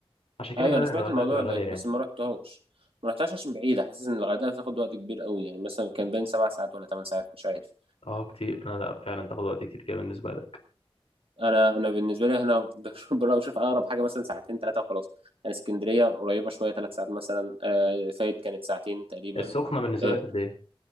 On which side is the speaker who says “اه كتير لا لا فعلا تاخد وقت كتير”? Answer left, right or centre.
Left